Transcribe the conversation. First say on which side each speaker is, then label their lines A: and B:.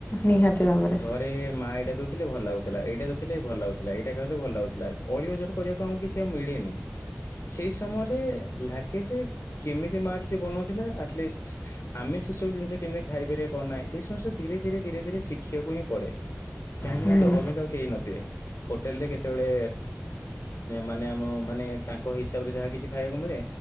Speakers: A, on the left; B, on the left.
A: ନିହାତି ଭାବରେ
B: ଘରେ ମା ଏଇଟା ଦଉଥିଲେ ଭଲ ଲାଗୁ ଗୁଥିଲା। ଏଇଟା ଦଉଥିଲେ ଭଲ ଲାଗୁଥିଲା। ଏଇଟା ଖାଇଲେ ଭଲ ଲାଗୁଥିଲା। ଅଳିଅଝଟ କରିବାକୁ ଆମକୁ କିଛି ଆଉ ମିଳେନି ସେଇ ସମୟରେ ଲାଗେ ଯେ କେମିତି ମା କିଛି ବନଉଥିଲା ଆଟଲିଷ୍ଟ ଆମେ ସେସବୁ ଜିନିଷ କେମି ଖାଇପାରିବା କଣ ନାହିଁ। ଏ ସମସ୍ତୁ ଧୀରେ ଧୀରେ ଧୀରେ ଧୀରେ ଶିଖିବାକୁ ହିଁ ପଡେ। କାହିଁକି
A: ହୁଁ
B: ନା ଦବା ପାଇଁ ତ କେହି ନଥିବେ। ହୋଟେଲ ରେ କେତେବେଳେ ମାନେ ଆମ ମାନେ ତାଙ୍କ ହିସାବରେ ଯାହା କିଛି ଖାଇବାକୁ ମିଳେ।